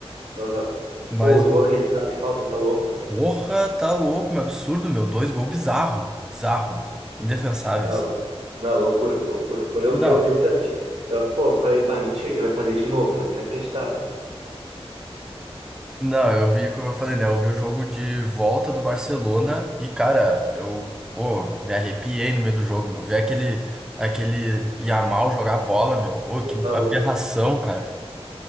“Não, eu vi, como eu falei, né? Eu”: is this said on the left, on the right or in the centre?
Centre